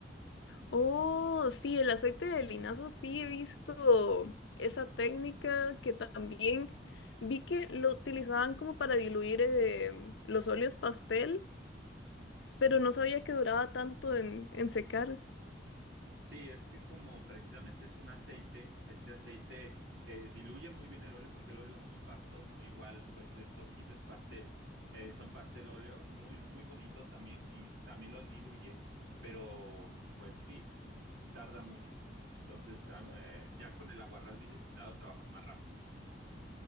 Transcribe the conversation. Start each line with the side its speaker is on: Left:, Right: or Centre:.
Left: Oh, sí, el aceite de linaza, sí he visto esa técnica que también vi que lo utilizaban como para diluir eh, los óleos pastel, pero no sabía que duraba tanto en, en secar.
Right: Sí, es que como precisamente es un aceite, este aceite eh, diluye muy bien el óleo porque el óleo es muy pastoso. Igual, pues estos gises pastel eh, son pastel óleo, muy, muy bonitos también y también los diluye, pero pues sí, tarda mucho. Entonces, am- eh, ya con el aguarrás bidestilado trabajas más rápido.